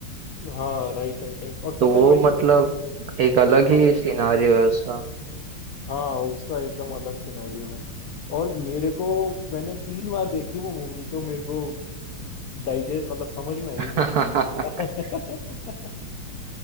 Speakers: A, on the left; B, on the right.
A: हाँ राइट राइट राइट और
B: तो
A: पता
B: वो
A: है भाई
B: मतलब एक अलग ही
A: हाँ
B: सिनारियो है उसका
A: हाँ उसका एकदम अलग सिनेरियो है और मेरे को मैंने तीन बार देखी वो मूवी तो मेरे को डाइजेस्ट मतलब समझ में आई
B: <laughs>
A: वो मूवी <laughs>